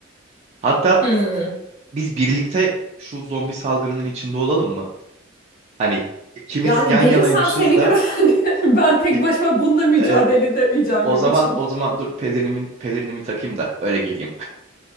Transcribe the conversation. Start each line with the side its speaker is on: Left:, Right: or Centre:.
Right: Hatta
Left: Hmm.
Right: biz birlikte şu zombi salgınının içinde olalım mı? Hani ikimiz
Left: Yani
Right: yan
Left: gelirsen
Right: yanaymışız
Left: sevinirim.
Right: da
Left: <laughs> Hani ben tek
Right: i-
Left: başıma bununla mücadele
Right: e,
Left: edemeyeceğim
Right: o
Left: gibi
Right: zaman
Left: çünkü.
Right: o zaman dur pelerimin pelerinimi takayım da öyle geleyim.